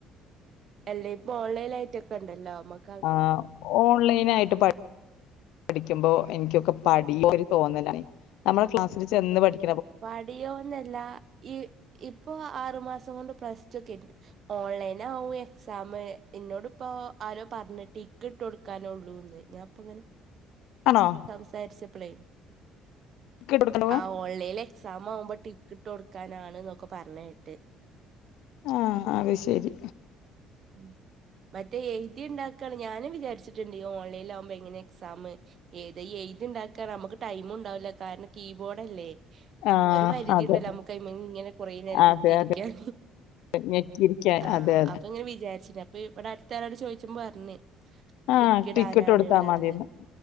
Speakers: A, on the right (about 50°); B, on the left (about 80°).
A: അല്ലേ ഇപ്പൊ ഓൺലൈൻ ആയിട്ടൊക്കെ ഇണ്ടല്ലോ മ്മക്
B: ആഹ് ഓൺലൈൻ ആയിട്ട് പഠി പഠിക്കുമ്പോ എനിക്കൊക്കെ പഠി ഒരു തോന്നലാണ് നമ്മള് ക്ലാസ്സില് ചെന്ന് പഠിക്
A: പടിയോന്നല്ല ഈ ഇപ്പൊ ആറു മാസം കൊണ്ട് പ്ലസ് ടു ക്കെ ഓൺലൈൻ ആവും എക്സാമ് എന്നോട് ഇപ്പോ ആരോ പറഞ്ഞു ടിക്ക് റ്റ് കൊടുക്കാനുള്ളൂന്ന് ഞാൻ ഇപ്പം ഇങ്ങനെ
B: ആണോ
A: സംസാരിച്ചപ്പളേ
B: <unintelligible>
A: ആ ഓൺലൈനിൽ എക്സാം ആവുമ്പോ ടിക്ക് ഇട്ട് കൊടുക്കാന് ആണ് എന്നൊക്കെ പറഞ്ഞ കേട്ട്
B: ആഹ് അഹ് ശരി
A: ഉമ് മറ്റേ എഴുതി ഉണ്ടാക്കാണ് ഞാനും വിചാരിച്ചിട്ടുണ്ട് ഈ ഓൺലൈനിൽ ആകുമ്പോ എങ്ങനെ എക്സാമ് ഏത് ഈ എഴുതി ഉണ്ടാക്കാൻ നമുക്ക് ടൈം ഉണ്ടാവില്ല കാരണം കീബോർഡ് അല്ലേ
B: ആഹ്.
A: ഒരു പരിധി
B: അതെ.
A: ഉണ്ടല്ലോ നമുക്ക് അയിമ്മേൽ ഇങ്ങനെ കുറേ നേരം
B: അതെ
A: കുത്തിയിരിക്കാൻ
B: അതെ. ഞെക്കിയിരിക്കാൻ
A: ആഹ്
B: അതെ അതെ.
A: അപ്പൊ ഇങ്ങനെ വിചാരിച്ചന് അപ്പൊ ഇവിടെ അടുത്ത് ആളോട് ചോദിച്ചപ്പം പറഞ്ഞ്
B: ആഹ്
A: ടിക്കിടാനാണ്
B: ടിക്ക് ഇട്ട് കൊടുത്താ
A: ഉള്ളത്
B: മതിന്ന്